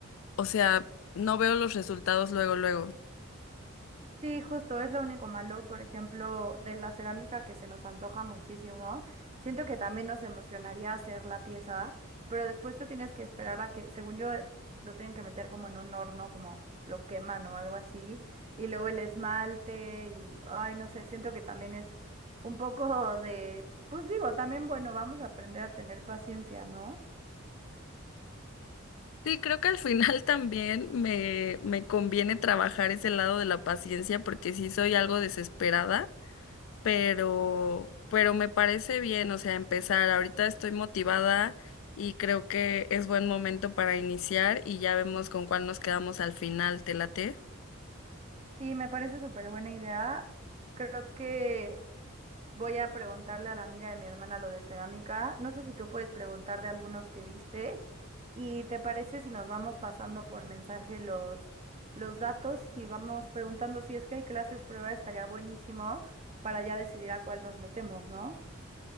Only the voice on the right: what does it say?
Sí, justo, es lo único malo, por ejemplo, de la cerámica que se nos antoja muchísimo. Siento que también nos emocionaría hacer la pieza, pero después te tienes que esperar a que, según yo, eh, lo tienen que meter como en un horno, como lo queman o algo así, y luego el esmalte y, ay, no sé, siento que también es un poco de, pues digo, también, bueno, vamos a aprender a tener paciencia, ¿no?
Y me parece súper buena idea. Creo que Voy a preguntarle a la amiga de mi hermana lo de cerámica. No sé si tú puedes preguntar de algunos que viste. ¿Y te parece si nos vamos pasando por mensaje los, los datos? Si vamos preguntando si es que hay clases prueba, estaría buenísimo para ya decidir a cuál nos metemos, ¿no?